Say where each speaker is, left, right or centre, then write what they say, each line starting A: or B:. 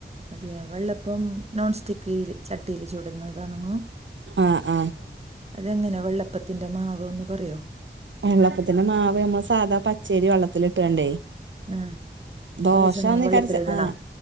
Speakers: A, on the right; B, on the right.
A: അത്‌ വെള്ളപ്പം നോൺ സ്റ്റിക്ക് ചട്ടിയിൽ ചുട് <unintelligible>
B: ആഹ് ആഹ്
A: അതെങ്ങനെയ വെള്ളപ്പത്തിന്റെ മാവ് ഒന്ന് പറയോ
B: വെള്ളപ്പത്തിന്റെ മാവ് നമ്മൾ സാദാ പച്ചേരി വെള്ളത്തിലിട്ടാണ്ടേ
A: ആ
B: ദോശ
A: കുറേ സമയം
B: ആന്നേക്കാരം
A: വെള്ളത്തിലിടണോ
B: ആഹ്